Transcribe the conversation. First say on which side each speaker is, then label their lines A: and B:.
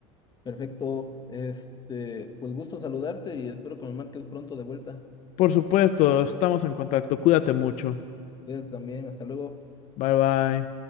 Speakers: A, on the left (about 25°); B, on the left (about 50°).
A: Perfecto. Este, pues gusto saludarte y espero que me marques pronto de vuelta.
B: Por supuesto, estamos en contacto. Cuídate mucho.
A: Cuídate también. Hasta luego.
B: Bye bye.